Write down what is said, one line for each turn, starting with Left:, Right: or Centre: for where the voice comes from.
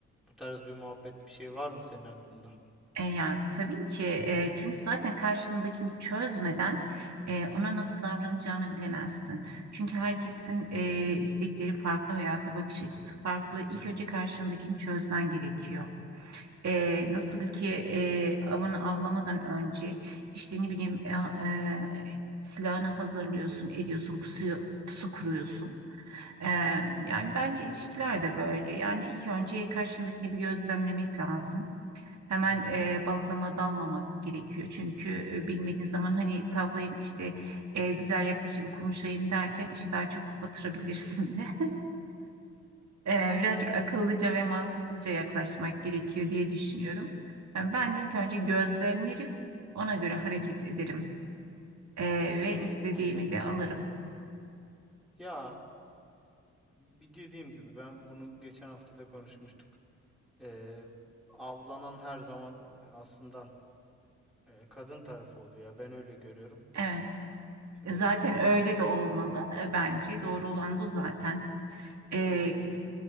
Centre: bu tarz bir muhabbet bir şey var mı senin aklında?
Right: E, ya tabii ki e, çünkü zaten karşındakini çözmeden e, ona nasıl davranacağını bilemezsin. Çünkü herkesin e, istekleri farklı, hayata bakış açısı farklı. İlk önce karşındakini çözmen gerekiyor. E, nasıl ki e, avını avlamadan önce işte ne bileyim e, e, silahını hazırlıyorsun, ediyorsun, pusuyu, pusu kuruyorsun. E, yani bence ilişkiler de böyle. Yani ilk önce karşındakini bir gözlemlemek lazım. Hemen
Centre: Hı
Right: e,
Centre: hı.
Right: balıklama dalmamak gerekiyor. Çünkü e, bilmediğin zaman hani tavlayayım işte e, güzel yaklaşayım konuşayım derken işi daha çok batırabilirsin de. <laughs> E, birazcık akıllıca ve mantıklıca yaklaşmak gerekiyor diye düşünüyorum. Yani ben ilk önce gözlemlerim ona göre hareket ederim. Ee,
Centre: Onu
Right: ve istediğimi
Centre: anladım.
Right: de alırım.
Centre: Ya bir dediğim gibi ben bunu geçen hafta da konuşmuştuk. Ee, avlanan her zaman e, aslında e, kadın tarafı oluyor ya ben öyle görüyorum.
Right: Evet.
Centre: Ee,
Right: Zaten öyle de olmalı e, bence. Doğru olan da o zaten. Ee,
Centre: öyle öyle.